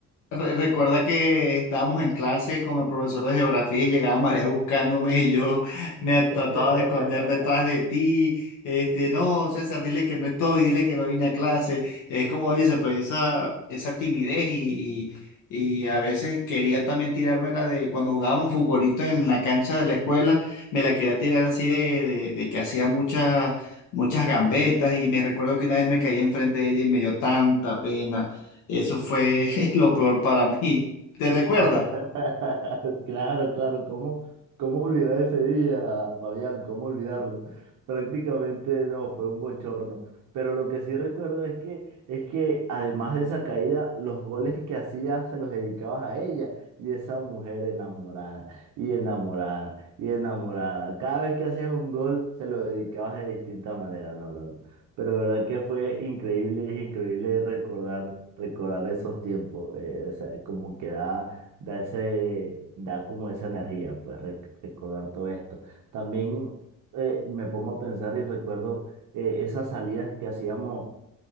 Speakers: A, on the left; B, on the right.
A: Re- Recuerda que estábamos en clase con el profesor de geografía y llegaba María buscándome y yo <laughs> me trataba
B: <laughs>
A: de esconder detrás de ti. Este, no, César, dile que no estoy, dile que no vine a clase. Es como dice, pues esa, esa timidez y, y, y a veces quería también tirármela de cuando jugábamos futbolito en la cancha de la escuela, me la quería tirar así de, de, de que hacía muchas, muchas gambetas y me recuerdo que una vez me caí enfrente de ella y me dio tanta pena. Eso fue <laughs> lo peor para mí. ¿Te recuerda?
B: <laughs> Claro, claro, ¿cómo, cómo olvidar ese día, Fabián? ¿Cómo olvidarlo? Prácticamente no, fue un bochorno. Pero lo que sí recuerdo es que, es que además de esa caída, los goles que hacías se los dedicabas a ella y esa mujer enamorada y enamorada y enamorada. Cada vez que hacías un gol, se lo dedicabas de distinta manera. No, no, no. Pero verdad que fue increíble, es increíble recordar, recordar esos tiempos. eh, o sea, como que da da ese, da como esa energía, pues re- recordar todo esto. También eh, me pongo a pensar y recuerdo eh, esas salidas que hacíamos